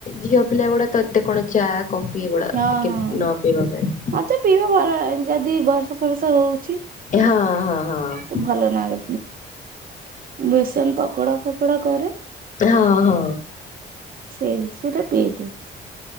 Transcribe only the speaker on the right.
ହଁ
ହଁ
ମତେ ପିଇବେ ଭଲ--ଯଦି ବର୍ଷା ଫର୍ଷା ହଉଛି
ତ ଭଲ ନାେ ବେସନ ପକୋଡା ଫକୋଡା କରେ
ସେଇ ସେମିତି ରେ ପି ଦିଏ